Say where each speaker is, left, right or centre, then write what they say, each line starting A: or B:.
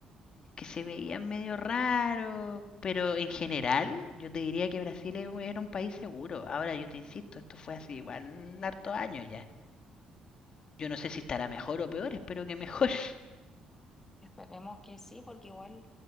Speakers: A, on the left; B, on the left.
A: que se veían medio raros, pero en general yo te diría que Brasil es- era un país seguro. Ahora yo te insisto, esto fue hace igual harto años ya. Yo no sé si estará mejor o peor, espero que mejor. <laughs>
B: Esperemos que sí, porque igual